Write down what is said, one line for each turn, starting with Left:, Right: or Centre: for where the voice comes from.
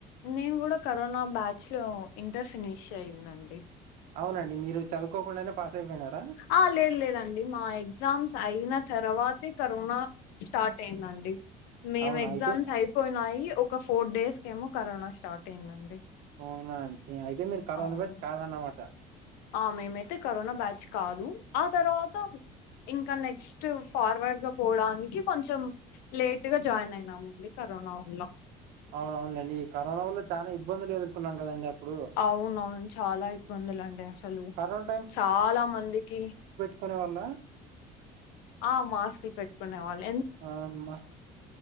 Left: నేను కూడా క కరొనా బ్యాచ్ లో ఇంటర్ ఫినిష్ అయిందండి
Right: అవునండి మీరు చదువుకోకుండానే పాస్ అయిపోయినారా
Left: ఆ లేదు లేదండి మా ఎ ఎగ్జామ్స్ అయిన తర్వాతే కరోనా స్టార్ట్ అయిందండి మేం
Right: అవునా
Left: ఎగ్జామ్స్
Right: అయితే
Left: అయిపోయినాయి ఫోర్ డేస్ కీ ఏమో కరొన స్టార్ట్ అయిందండి
Right: అవునాండి అయితే మీరు కరోనా
Left: అవును
Right: బ్యాచ్ కాదన్నమాట
Left: ఆ మేమైతే కరోనా బ్యాచ్ కాదు ఆ తరువాత ఇంకా నెక్స్ట్ ఫార్వర్డ్గా పోవడానికి కొంచెం లేట్గా జాయిన్ అయినామండి కరోనా వల్ల
Right: అవున అండి ఈ కరోనా వల్ల చాలా ఇబ్బందులు ఎదుర్కొన్నాం కదండి అప్పుడు
Left: అవున అవును చాలా ఇబ్బందులు అండి అసలు
Right: కరోనా
Left: చాలా మందికి
Right: కొనే వాళ్ళ
Left: ఆ మాస్క్ పెట్టుకునే వాళ్ళు
Right: అవును మా